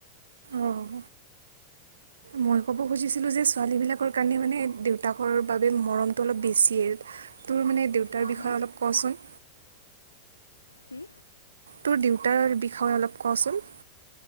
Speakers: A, on the right (about 70°); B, on the left (about 80°).
A: অঁহ। মই ক'ব খুজিছিলো যে ছোৱালীবিলাকৰ কাৰণে মানে দেউতাকৰ বাবে মৰমটো অলপ বেছিয়ে। তোৰ মানে দেউতাৰ
B: হা
A: বিষয়ে
B: হা
A: অলপ কচোন!
B: কি?
A: তোৰ দেউতাৰ বিষয়ে অলপ কচোন?